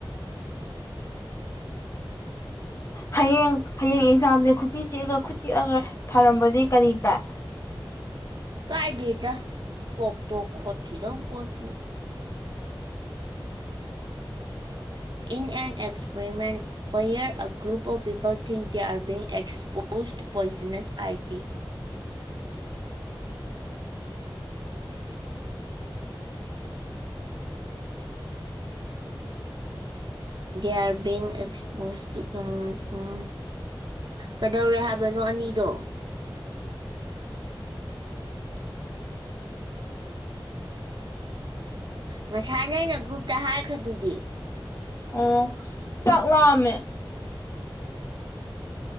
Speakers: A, on the left; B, on the right.
A: ꯍꯌꯦꯡ ꯍꯌꯦꯡ ꯑꯦꯛꯖꯥꯝꯁꯦ ꯈꯨꯀꯤ ꯆꯤꯛꯑꯒ ꯈꯨꯠ ꯆꯤꯛꯑꯒ ꯊꯥꯔꯝꯕꯗꯤ ꯀꯔꯤ ꯀꯥꯏ
B: ꯀꯥꯏꯗꯦꯗ ꯇꯣꯛ ꯇꯣꯛ ꯈꯣꯠꯈꯤꯗ ꯄꯣꯠꯇꯨ <inaudible> ꯏꯟ an experiment however group of people thing they are exposed poisonous I B <inaudible> <inaudible> <inaudible> ꯌꯥꯔ ꯕꯤꯡ ꯑꯦꯛꯁꯄꯣꯁ ꯎꯝ ꯀꯗꯧꯔꯦ ꯍꯥꯏꯕꯅꯣ ꯑꯅꯤ ꯗꯣ ꯉꯁꯥꯏꯅ ꯑꯩꯅ ꯒ꯭ꯔꯨꯞꯇ ꯍꯥꯏꯈ꯭ꯔꯗꯨꯗꯤ
A: ꯑꯣ ꯆꯠꯂꯃꯦ